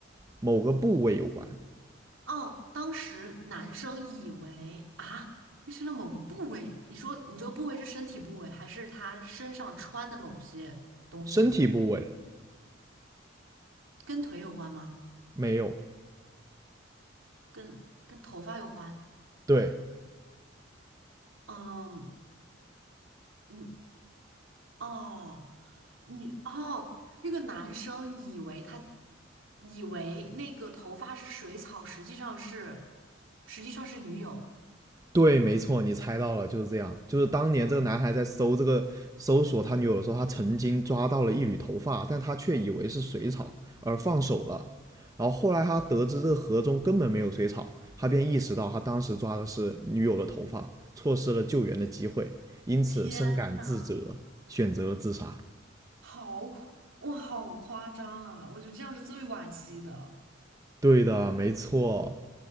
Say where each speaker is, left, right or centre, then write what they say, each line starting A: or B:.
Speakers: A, on the right (about 15°); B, on the right (about 80°).
A: 某个部位有关，
B: 哦，当时男生以为啊，那身上某个部位，你说你这个部位是身体部位，还是他身上穿的某些东西？
A: 身体部位
B: 跟腿有关吗？
A: 没有。
B: 跟跟头发有关？
A: 对，
B: 嗯，你哦，你哦，那个男生以为他以为那个头发是水草，实际上是实际上是女友。
A: 对，没错，你猜到了，就是这样。就是当年这个男孩在搜这个搜索他女友的时候，他曾经抓到了一缕头发，但他却以为是水草而放手了。然后后来他得知这个河中根本没有水草，他便意识到他当时抓的是女友的头发，错失了救援的机会，因此深感自责，
B: 天呐，
A: 选择了自杀。
B: 好恐，哇，好夸张啊！我觉得这样是最惋惜的。
A: 对的，没错。